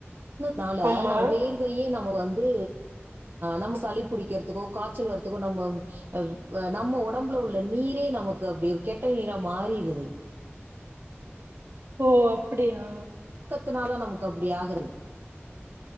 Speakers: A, on the right (about 45°); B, on the right (about 70°).
A: னால
B: ஆமா
A: நம்ம வேர்வையே நம்ம வந்து நம்ம சளி பிடிக்கிறதுக்கோ காய்ச்சல் வ த்துக்கும் நம்ம அஹ் நம்ம உடம்புல உள்ள நீரே நமக்கு அப்படி ஒரு கெட்ட நீரா மாறிருது
B: ஓ அப்படியா
A: பத்துனாதான் நமக்கு அப்படி ஆகுறது